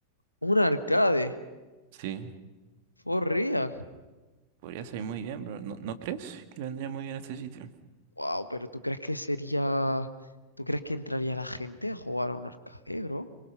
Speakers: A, on the left; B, on the right.
A: Un arcade,
B: Sí.
A: for real.
B: Podría salir muy bien, bro. ¿No, no crees que le vendría muy bien a este sitio?
A: Wow, pero ¿tú crees que sería... ¿Tú crees que entraría la gente a jugar a un arcade, bro?